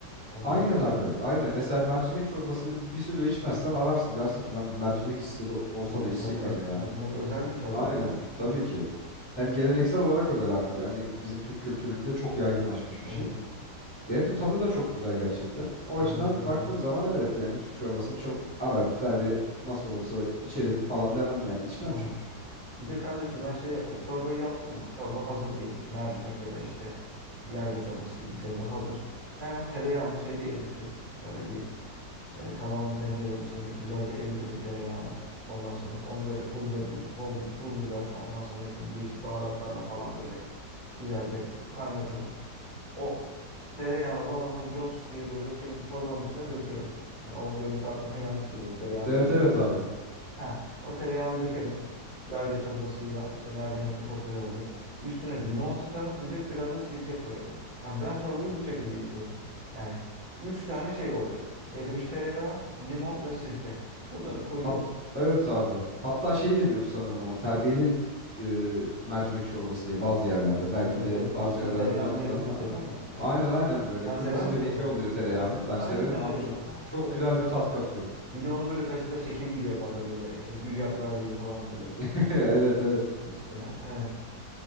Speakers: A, on the right; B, in the centre.
A: Onları
B: Aynen
A: çok
B: abi.
A: severim.
B: Aynen. Mesela mercimek çorbasını bir süre içmezsen ararsın. Dersin ki lan mercimek hisse de olsa
A: Tabii
B: da içsek
A: tabii.
B: hani ya.
A: Mercimek özel bir çorba
B: Aynen.
A: yani.
B: Tabii
A: Hı.
B: ki. Hem geleneksel olarak özel abi. Yani bizim Türk kültüründe çok yaygınlaşmış bir
A: Evet.
B: şey. Hem de tadı da çok güzel gerçekten. O
A: Harikaydı.
B: açıdan baktığım zaman evet yani yüksük çorbasını çok ara. Yani nasıl olsa içerim falan demem yani. içmem
A: Aynen.
B: çünkü.
A: Bir de kardeşim ben şey yapıyorum. Çorbayı yaptım mı? Çorba hazır diyelim ki mercimek ya da işte yayla çorbası gibi bir çorba hazır. Hemen tereyağını şeyde eritirim. Böyle bir E, tavanın tencerenin içinde güzelce eritirim tereyağını. Ondan sonra onu böyle pul, be, pul, pul biber ondan sonra işte değişik baharatlarla falan böyle güzelce kaynatırım. O tereyağını da ondan sonra cos diye böyle o şeyin çorbanın üstüne dökerim. Yani o görüntü aklına gelmiştir böyle tereyağını
B: Evet
A: dökerler
B: evet
A: ya üstüne.
B: abi.
A: Ha, o tereyağını dökerim. Yayla çorbasıyla işte mercimek de çok güzel oluyor. Üstüne limon sıkarım bir de biraz da sirke koyarım. Yani ben çorbayı bu şekilde içiyorum. Yani üç tane şey olacak. Erimiş tereyağı, limon ve sirke. Bunları koyuyorum.
B: Hat evet abi. Hatta şey deniyordu sanırım ona terbiyeli e, mercimek çorbası diye bazı yerlerde. Belki
A: Evet
B: de
A: evet.
B: bazı
A: Üstüne
B: yörelerde
A: tereyağını
B: demezler
A: gezdirince
B: ama
A: değil mi? Evet.
B: aynen aynen böyle
A: Sen
B: kırmızı
A: sever misin
B: bir rengi
A: öyle?
B: oluyor tereyağının.
A: Evet.
B: Ben
A: Aynen
B: severim abi
A: öyle.
B: çok
A: Heh,
B: çok
A: şöyle.
B: güzel bir tat katıyor.
A: Bir de onu böyle kaşıkla şekil gibi yaparlar böyle işte gül yaprağı gibi falan böyle
B: <laughs> Evet evet.
A: üstüne. Evet.